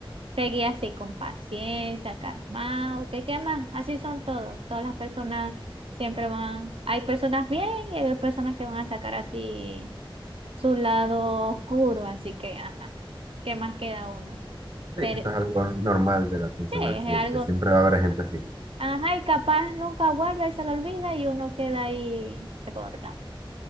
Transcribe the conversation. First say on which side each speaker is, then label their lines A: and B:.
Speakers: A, on the right; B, on the right.
A: seguí así con paciencia, calmado, ¿qué, qué más? Así son todos. Todas las personas siempre van, hay personas bien y hay personas que van a sacar así su lado oscuro, así que, ajá, ¿qué más queda uno?
B: Sí,
A: Ser,
B: esto es algo normal de la atención
A: sí, es
B: al cliente.
A: algo,
B: Siempre va a haber gente así.
A: ajá, y capaz nunca vuelve y se lo olvida y uno queda ahí recordando.